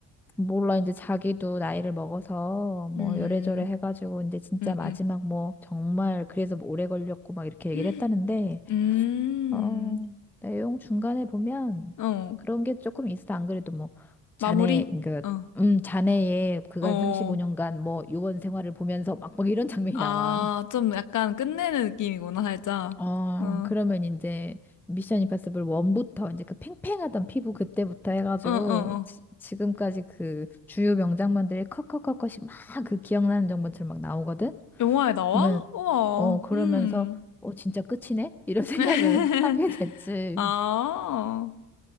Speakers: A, in the centre; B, on the left.
A: 몰라, 이제 자기도 나이를 먹어서, 뭐,
B: 음.
A: 요래저래 해가지고, 이제 진짜
B: 음.
A: 마지막
B: 음.
A: 뭐, 정말, 그래서 뭐 오래 걸렸고, 막 이렇게
B: <gasps>
A: 얘기를 했다는데,
B: 음.
A: 어, 내용 중간에 보면
B: 어.
A: 그런 게 조금 있어. 안 그래도 뭐 자네
B: 마무리?
A: 그
B: 어.
A: 음 자네의 그간
B: 어.
A: 35년간 뭐 요원 생활을 보면서 막 막 이런 <laughs> 장면이
B: 아,
A: 나와.
B: 좀 약간 끝내는 느낌이구나, 살짝.
A: 어,
B: 어. 어,
A: 그러면 이제 미션 임파서블 1부터 이제 그 팽팽하던 피부 그때부터 해가지고
B: 어, 어.
A: 지, 지금까지 그 주요 명장면들이 컷컷컷컷이 막 그 기억나는 장면처럼 막 나오거든?
B: 영화에 나와?
A: 보면
B: 우와,
A: 어 그러면서
B: 음.
A: 어 진짜 끝이네? 이런 <laughs> 생각을
B: <laughs>
A: 하게 됐지.
B: 아,